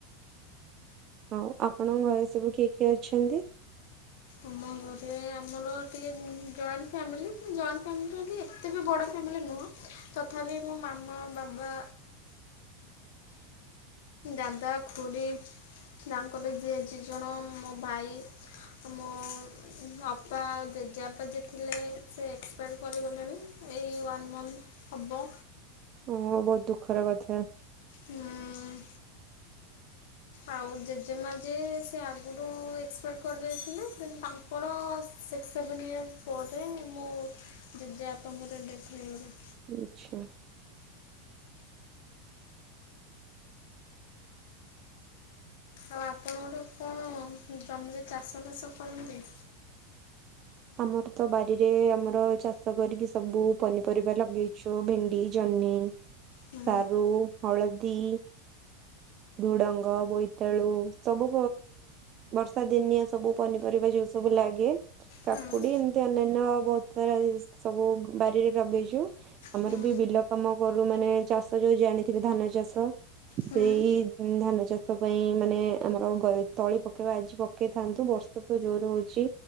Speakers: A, on the right; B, on the left.
A: ହଉ ଆପଣଙ୍କ ଘରେ ସବୁ କିଏ କିଏ ଅଛନ୍ତି?
B: ଆମ ଘରେ ଆମର ଟିକେ ଜଏଣ୍ଟ ଫ୍ୟାମିଲି ଜଏଣ୍ଟ ଫ୍ୟାମିଲିର ବି ଏତେ ବି ବଡ଼ ଫ୍ୟାମିଲି ନୁହଁ। ତଥାପି ମୋ ମାମା ବାବା ଦାଦା ଖୁଡି ତାଙ୍କର ଝିଅ ଦୁଇ ଜଣ ମୋ ଭାଇ ଆ ମୋ ଅପା ଆଉ ଜେଜେବାପା ଯେ ଥିଲେ ସେ ଏକ୍ସପାୟାର୍ କରିଗଲେଣି ଏଇ ୱାନ୍ ମନ୍ଥ ହବ।
A: ଓ ବହୁତ ଦୁଃଖର କଥା।
B: ହୁଁ ଉଁ ଉଁ ଉଁ। ଆଉ ଜେଜେମାଜେ ଯେ ଆଗରୁ ଏକ୍ସପାଡ଼ କରିଯାଇଥିଲେ। କିନ୍ତୁ ତାଙ୍କ ଙ୍କର ସିକ୍ସ ସେଭେନ୍ ଇୟର୍ ପରେ ମୋ ଜେଜେ ବାପା ଙ୍କର ଡେଥ ହେଇଗଲା।
A: ଆଚ୍ଛା।
B: ଆଉ ଆପଣ ଗୋଟେ କଣ ଜମିରେ ଚାଷ ବାସ କରନ୍ତି?
A: ଆମର ତ ବାରିରେ ଆମର ଚାଷ କରିକି ସବୁ ପନିପରିବା ଲଗେଇ ସୁ ଭିଣ୍ଡି ଜହନୀ ସାରୁ
B: ହୁଁ
A: ହଳଦୀ ଝୁଡଙ୍ଗ ବୋଇତାଳୁ ସବୁ ବର୍ଷା ଦିନଆ ସବୁ ପନିପରିବା ଯୋଉ ସବୁ ଲାଗେ। କାକୁଡି
B: ହୁଁ
A: ଏମିତି ଅନ୍ୟାନ୍ୟ ବହୁତ ସାରା ସବୁ ବାରିରେ ଲଗେଇଚୁ। ଆମର
B: ହୁଁ
A: ବି ବିଲ କାମ କରୁ ମାନେ ଚାଷ ଯୋଉ ଜାଣିଥିବେ ଧାନ ଚାଷ।
B: ହୁଁ
A: ସେଇ ଧାନ ଚାଷ ପାଇଁ ମାନେ ଆମର ଗ ତଳି ପକେଇବା ଆଜି ପ କେଇଥାନ୍ତୁ ବର୍ଷା ତ ଜୋର ହଉଚି